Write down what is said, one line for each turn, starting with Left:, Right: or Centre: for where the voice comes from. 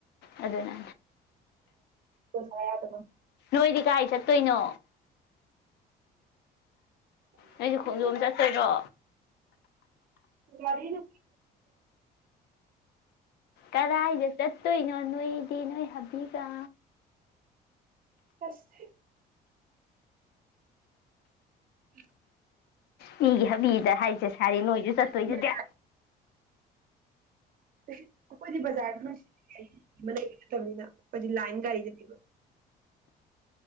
Left: ꯑꯗꯨꯗ ꯅ
Right: ꯎꯁ ꯑꯗꯨꯃ
Left: ꯅꯣꯏꯗꯤ ꯀꯥꯏ ꯆꯠꯇꯣꯏꯅꯣ
Right: ꯈꯪꯗꯦꯗ
Left: ꯅꯁ ꯈꯣꯡꯖꯣꯝ ꯆꯠꯇꯣꯏꯔꯣ
Right: ꯃꯔꯤꯅ
Left: ꯀꯔ ꯍꯥꯏꯗꯦꯦ ꯆꯠꯇꯣꯏꯅꯣ ꯅꯣꯏꯗꯤ ꯅꯣꯏ ꯍꯥꯞꯕꯤꯒ
Right: ꯐꯁ ꯎ
Left: ꯃꯤꯒꯤ ꯍꯥꯕꯤꯗ ꯍꯥꯏꯁꯦ ꯁꯥꯔꯤ ꯅꯣꯏꯁꯨ ꯆꯠꯇꯣꯏꯗꯨꯗꯤ
Right: ꯑꯩꯈꯣꯏꯗꯤ ꯑꯩꯈꯣꯏꯗꯤ ꯕꯖꯥꯔ ꯈꯔ ꯃꯅꯩ ꯅꯠꯇꯕꯅꯤꯅ ꯑꯩꯈꯣꯏꯗꯤ ꯂꯥꯏꯟ ꯒꯥꯔꯤ ꯅꯠꯇꯕ